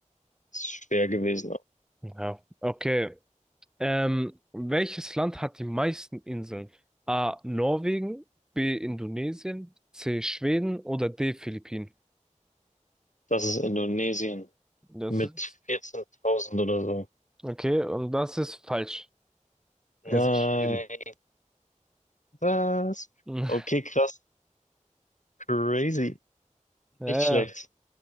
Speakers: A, on the left (about 70°); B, in the centre.
A: Ist schwer gewesen.
B: Ja, okay. Ähm, welches Land hat die meisten Inseln? A. Norwegen, B. Indonesien, C. Schweden oder D. Philippinen?
A: Das ist Indonesien
B: Das
A: mit
B: ist,
A: 14.000 oder so.
B: okay, und das ist falsch. Es
A: Nein,
B: ist Schweden.
A: was?
B: <laughs>
A: Okay, krass. Crazy.
B: Ja, ja,
A: Nicht schlecht.